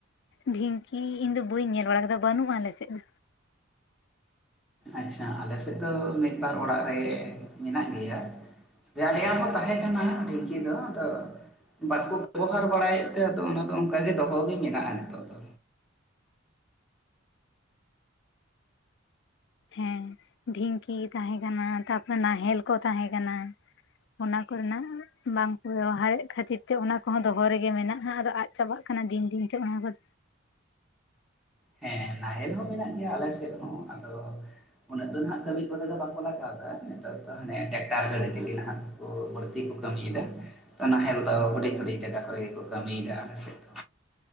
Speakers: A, on the left; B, in the centre.
A: ᱰᱷᱤᱝᱠᱤ ᱤᱧ ᱫᱚ ᱵᱟᱹᱧ ᱧᱮᱞ ᱵᱟᱲᱟ ᱟᱠᱟᱫᱟ ᱵᱟᱹᱱᱩᱜᱼᱟ ᱟᱞᱮᱥᱮᱫ ᱫᱚ
B: ᱟᱪᱪᱷᱟ ᱟᱞᱮ ᱥᱮᱫ ᱫᱚ ᱢᱤᱫ ᱵᱟᱨ ᱚᱲᱟᱜ ᱨᱮ ᱢᱮᱱᱟᱜ ᱜᱮᱭᱟ ᱛᱟᱭᱮ ᱜᱮᱟᱠᱚ ᱦᱚᱸ ᱛᱟᱦᱮᱸ ᱠᱟᱱᱟ ᱰᱷᱤᱝᱠᱤ ᱫᱚ ᱟᱫᱚ ᱵᱟᱠᱚ ᱵᱮᱵᱚᱦᱟᱨ ᱵᱟᱲᱟᱭᱮᱫ ᱛᱮ ᱟᱫᱚ ᱚᱱᱟᱫᱚ ᱚᱱᱠᱟ ᱜᱮ ᱫᱚᱦᱚᱜᱮ ᱢᱮᱱᱟᱜᱼᱟ ᱱᱤᱛᱚᱜ ᱫᱚ
A: ᱦᱮᱸ ᱰᱷᱤᱝᱠᱤ ᱛᱟᱦᱮᱸ ᱠᱟᱱᱟ ᱛᱟᱨᱯᱚᱨ ᱱᱟᱦᱮᱞ ᱠᱚ ᱛᱟᱦᱮᱸ ᱠᱟᱱᱟ ᱚᱱᱟ ᱠᱚᱨᱮᱱᱟᱜ ᱵᱟᱝᱠᱚ ᱵᱮᱵᱚᱦᱟᱨᱮᱫ ᱠᱷᱟᱹᱛᱤᱨ ᱛᱮ ᱚᱱᱟ ᱠᱚᱦᱚᱸ ᱫᱚᱦᱚ ᱨᱮᱜᱮ ᱢᱮᱱᱟᱜᱼᱟ ᱟᱫᱚ ᱟᱫ ᱪᱟᱵᱟᱜ ᱠᱟᱱᱟ ᱫᱤᱱ ᱫᱤᱱᱛᱮ ᱚᱱᱟ ᱠᱚᱛ
B: ᱦᱮᱸ ᱱᱟᱦᱮᱞ ᱦᱚᱸ ᱢᱮᱱᱟᱜ ᱜᱮᱭᱟ ᱟᱞᱮ ᱥᱮᱫ ᱦᱚᱸ ᱟᱫᱚ ᱩᱱᱟᱹᱜ ᱫᱚ ᱱᱟᱦᱟᱜ ᱠᱟᱹᱢᱤ ᱠᱚᱨᱮ ᱫᱚ ᱵᱟᱠᱚ ᱞᱟᱜᱟᱣ ᱫᱟ ᱱᱮᱛᱟᱨ ᱫᱚ ᱦᱟᱱᱮ ᱴᱮᱠᱴᱟᱨ ᱜᱟᱹᱲᱤ ᱛᱮᱜᱮ ᱱᱟᱦᱟᱜ ᱠᱚ ᱵᱟᱹᱲᱛᱤ ᱠᱚ ᱠᱟᱹᱢᱤᱫᱟ ᱛᱚ ᱱᱟᱦᱮᱞ ᱫᱚ ᱦᱩᱰᱤᱧᱼ ᱦᱩᱰᱤᱧ ᱡᱟᱭᱜᱟ ᱠᱚᱨᱮ ᱜᱮ ᱠᱚ ᱠᱟᱹᱢᱤᱫᱟ ᱟᱞᱮ ᱥᱮᱫ ᱫᱚ